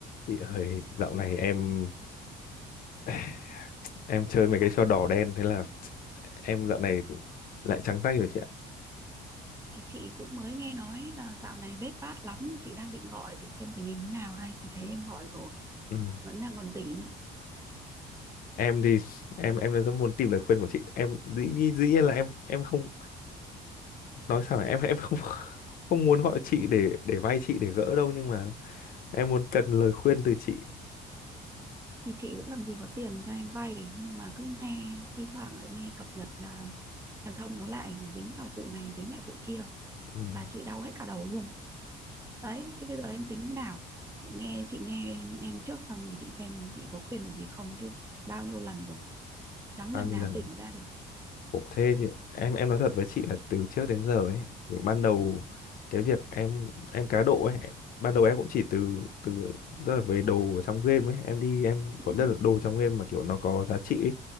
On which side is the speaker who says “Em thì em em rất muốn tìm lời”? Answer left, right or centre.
Left